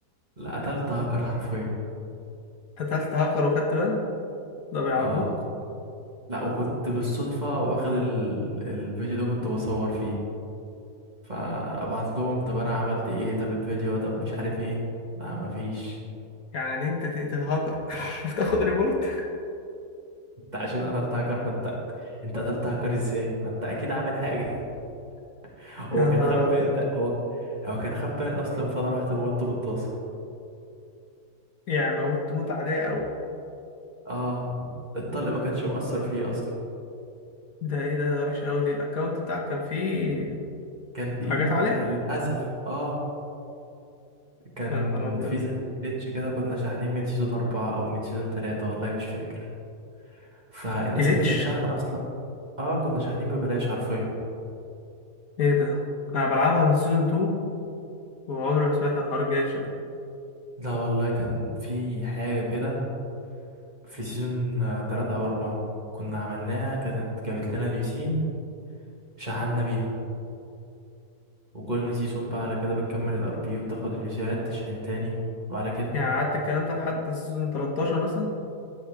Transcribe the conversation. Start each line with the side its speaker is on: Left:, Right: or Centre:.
Right: لا قتلت هاكر حرفيا
Left: قتلت هاكر وخدت بند ده بيعجبوك
Right: اه لا وكنت بالصدفه واخد ال... الفيديو ده كنت بصور فيه فابعت لهم طب انا عملت ايه طب الفيديو طب مش عارف ايه لا مفيش
Left: يعني انت تقتل هاكر <laughs> وتاخد ريبورت
Right: انت عشان قتلت هاكر فانت انت قتلت هاكر ازاي ما انت اكيد عامل حاجه <laughs> هو
Left: يا
Right: كان
Left: نهار
Right: خبان
Left: ابيض
Right: انت هو هو كان خبان اصلا فانا رحت موته بالطاسه
Left: يعني موت موت عادية اوي
Right: اه الطلق ما كانش مؤثر فيه اصلا
Left: ده ايه ده ده وحشة اوي دي الاكونت بتاعك كان فيه
Right: كان تقيل
Left: حاجات عليه
Right: يعني للأسف اه كان
Left: يا نهار ابيض
Right: في زي جليتش كده كنا شاحنين من سيزون أربعة أو من سيزون تلاتة والله مش فاكر فالناس
Left: جليتش
Right: اللي كانت شاحنة أصلا اه كنا شاحنين ببلاش حرفيا
Left: ايه ده انا بلعبها من سيزون 2 وعمري ما سمعت عن حوار الجليتش ده
Right: لا والله كان في حاجة كده في سيزون آه، تلاتة أو أربعة كنا عملناها كانت جابت لنا اليوسين شحنا بيها وكل سيزون بقى على كده بتكمل الار بي وتاخد اليوسيات تشحن تاني وعلى كده
Left: يعني قعدت الكلام ده لحد سيزون 13 مثلا